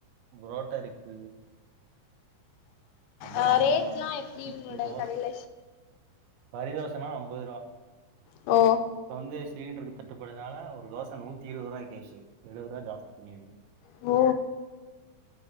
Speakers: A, on the right; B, on the left.
A: புரோட்டா இருக்கு அப்பறம்
B: ஆ ரேட்லா எப்டி
A: <unintelligible>
B: உங்களோட கடையில
A: <unintelligible> ஐம்பது ரூபா
B: ஓ
A: இப்ப வந்து சிலிண்டருக்கு தட்டுப்படுதுனால ஒரு தோசை நூற்றி இருபது ரூபா ஆச்சு எழுபது ரூபா ஜாஸ்தி பண்ணி வங்க
B: உ